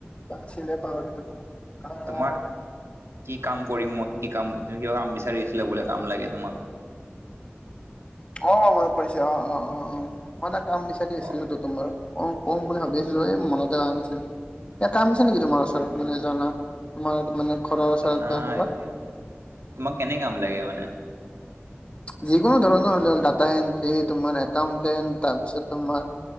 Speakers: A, on the left; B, on the right.
A: বা আছিলে পাহৰি গলো। কামৰ
B: তোমাৰ কি কাম কৰিম মই কি কাম তুমি কাম বিচাৰি আছিলা বোলে কাম লাগে তোমাক
A: অঁ অঁ মনত পৰিছে অঁ অঁ অঁ অঁ মই এটা কাম বিচাৰি আছিলোতো
B: অ
A: তোমাৰ অ কম বুলি ভাবি আছিলো এই মনতে আহা নাহিছিলে। কিবা কাম আছে নেকি তোমাৰ ওচৰত মানে জনাত তোমাৰ মানে ঘৰৰ ওচৰত
B: জানা
A: বা ক'ৰবাত?
B: এতিয়া তোমাক কেনে কাম লাগে মানে?
A: যিকোনো ধৰণৰ হলে হল ডাটা এন্ট্ৰি তোমাৰ একাউন্টেট তাৰপিছত তোমাৰ